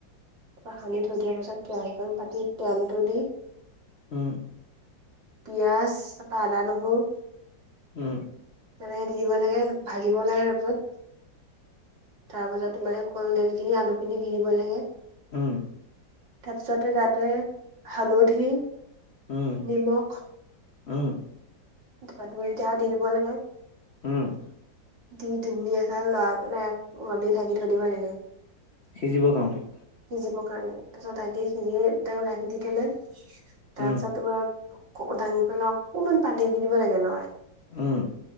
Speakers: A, on the right; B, on the left.
A: তাৰপৰা সানি থৈ দিয়াৰ পাছত, কেৰাহীটো পাতি তেলটো দি।
B: উম,
A: পিয়াজ তাৰপৰা আদা-নহৰু।
B: উম,
A: তেনেকে দি দিব লাগে, ভাজিব লাগে তাৰপিছত। তাৰ পাছত তোমাৰ কলদল খিনি, আলুখিনি দি দিব লাগে।
B: উম,
A: তাৰপিছতে তাতে, হালধি,
B: উম
A: নিমখ।
B: উম,
A: তাৰপৰা দুইটা, দি দিব লাগে।
B: উম,
A: দি, ধুনীয়াক লৰাই পেলাই ঢাকি থৈ দিব লাগে।
B: সিজিবৰ কাৰণে?
A: সিজিবৰ কাৰণে, তাৰপিছত ঢাকি সিজি ত, ঢাকি দি থলে
B: উম
A: তাৰপিছত তোমাৰ দাঙি পেলাই অকমান পানী, দি দিব লাগে লৰাই।
B: উম,